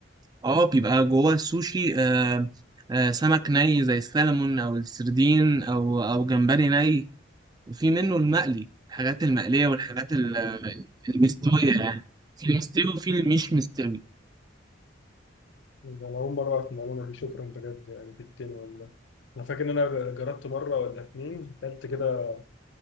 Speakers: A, on the right; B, on the left.
A: اه بيبقى جوه السوشي آه آه سمك ني زي السلمون أو السردين أو أو جمبري ني وفي منه المقلي الحاجات المقلية والحاجات ال- المستوية يعني في المستوي وفي المش مستوي
B: ده انا اول مره اعرف المعلومه دي شكرا بجد يعني في التين والله انا فاكر ان انا جربت مره ولا اتنين اكلت كده